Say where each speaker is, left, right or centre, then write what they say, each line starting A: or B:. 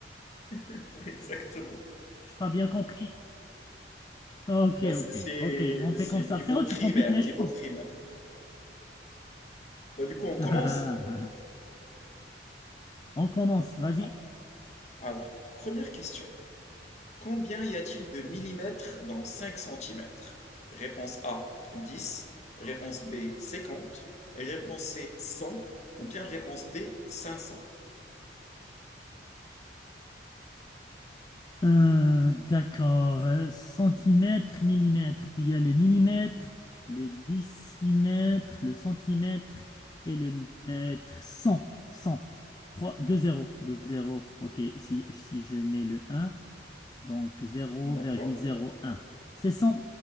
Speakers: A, on the left; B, on the left.
A: <laughs> Exactement.
B: Je n'ai pas bien compris. Ok,
A: Bah, c'est
B: ok,
A: c'est-
B: ok, on fait
A: c'est
B: comme ça.
A: niveau
B: Frérot,
A: primaire,
B: tu compliques les
A: niveau
B: choses.
A: primaire. Bah, du coup, on commence.
B: <laughs> Allez, on commence, vas-y.
A: Ah, Alors, première question. Combien y a-t-il de millimètres dans cinq centimètres? Réponse A 10. réponse B 50. réponse C 100. ou bien réponse D 500.
B: Euh, d'accord. Euh, Centimètre, millimètre. Il y a le millimètre, le décimètre, le centimètre et le mètre. 100, 100. 3, 2 0, 2 0. OK, si, si je mets le un, donc zéro
A: D'accord.
B: zéro virgule zéro un. C'est 100,